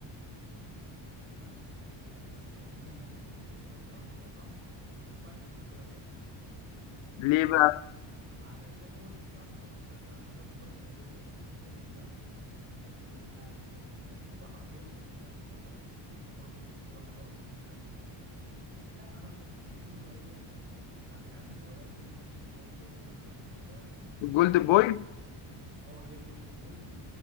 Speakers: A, on the right; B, on the left.
A: بص انت معاك حق آه بس يمين يامال كل اللي انت قلته عليه ده صح بس ما ينفعش ياخد الكرة الذهبية
B: ليه
A: ليه؟
B: بقى
A: علشان هو لسه عنده 17 سنة لو خد الكرة الذهبية دلوقتي هيعمل ايه بعد كده؟ هيبقى ال- ال- الفيفا حرفيا بتدمره اللي هو ايه انت خلصت الكورة خلاص مفيش حاجة تانية تعملها لكن لا مثلا اديله اللي هي ال- بتاعت العيال الصغيرة دي مش فاكر اسمها ايه الجايزة بتاعت العيال الصغيرة دي
B: الجولد بوي
A: آه بتاعت الش... اه هي الجولدن بوي دي